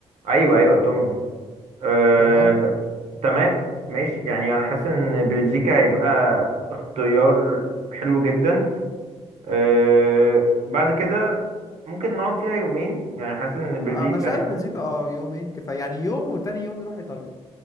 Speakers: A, on the right; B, on the left.
A: ايوه ايوه توم يوم أه...
B: تمام
A: تمام ماشي يعني انا حاسس ان بلجيكا هيبقى اختيار حلو جدا أه... بعد كده ممكن نقعد فيها يومين يعني حاسس ان بلجيكا
B: انا شايف بلجيكا اه يومين كفاية يعني يوم وتاني يوم نروح ايطاليا